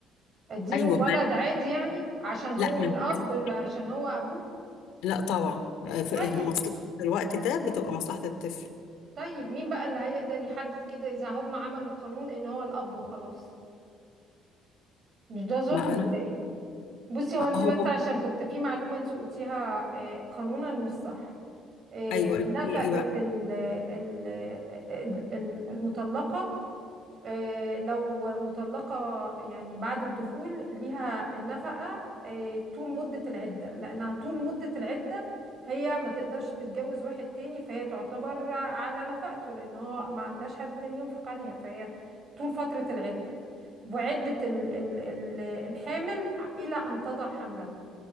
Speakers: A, on the right; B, on the left.
A: اديله
B: ايوه
A: الولد
B: ما
A: عادي يعني عشان
B: لا
A: هو
B: ما
A: الأب
B: دي
A: اللي عشان هو أبوه
B: لا طبعا آه، في
A: طيب
B: المصلحه في الوقت ده بتبقى مصلحه الطفل
A: طيب مين بقى اللي هيقدر يحدد كده إذا هم عملوا قانون إن هو الأب وخلاص مش ده ظلم
B: ما
A: ولا
B: انا
A: إيه بصي هو انت
B: هو
A: بس عشان كنت في معلومة انت قلتيها آه، قانونا مش صح آه،
B: ايوه
A: نفقة
B: ايه بقى
A: ال- ال- ال- المطلقة آه، لو مطلقة يعني بعد الدخول ليها النفقة آه، طول مدة العدة لأنها طول مدة العدة هي ما تقدرش تتجوز واحد تاني فهي تعتبر على نفقته لأن هو ما عندهاش حد تاني ينفق عليها فهي طول فترة العدة وعدة ال- ال- ال- الحامل إلى أن تضع حملها